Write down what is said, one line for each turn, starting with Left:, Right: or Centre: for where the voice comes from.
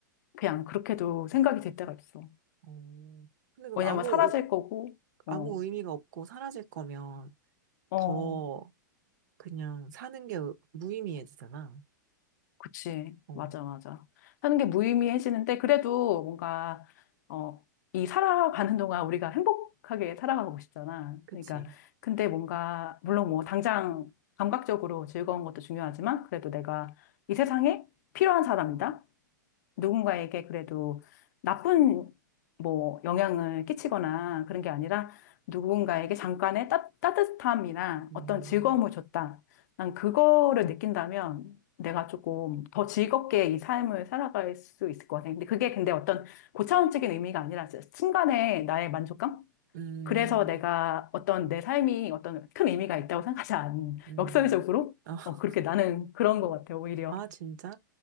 Left: 그냥 그렇게도 생각이 될 때가 있어.
Right: 어. 근데 그럼
Left: 왜냐면
Right: 아무,
Left: 사라질
Right: 의-
Left: 거고, 어,
Right: 아무 의미가 없고 사라질 거면
Left: 어.
Right: 더 그냥 사는 게 무의미해지잖아.
Left: 그치.
Right: 어,
Left: 맞아, 맞아. 사는 게 무의미해지는데, 그래도 뭔가, 어, 이 살아가는 동안 우리가 행복하게 살아가고 싶잖아.
Right: 그치.
Left: 그러니까, 근데 뭔가, 물론 뭐, 당장 감각적으로 즐거운 것도 중요하지만, 그래도 내가 이 세상에 필요한 사람이다. 누군가에게 그래도 나쁜 뭐 영향을 끼치거나 그런 게 아니라 누군가에게 잠깐의 따, 따뜻함이나
Right: 음,
Left: 어떤 즐거움을 줬다. 난 그거를 느낀다면 내가 조금 더 즐겁게 이 삶을 살아갈 수 있을 것 같아. 근데 그게 근데 어떤 고차원적인 의미가 아니라 순간의 나의 만족감?
Right: 음,
Left: 그래서 내가 어떤 내 삶이 어떤 큰 의미가 있다고 생각하지 않,
Right: 음.
Left: 역설적으로?
Right: <laughs>
Left: 어, 그렇게 나는 그런 것 같아요, 오히려.
Right: 아, 진짜?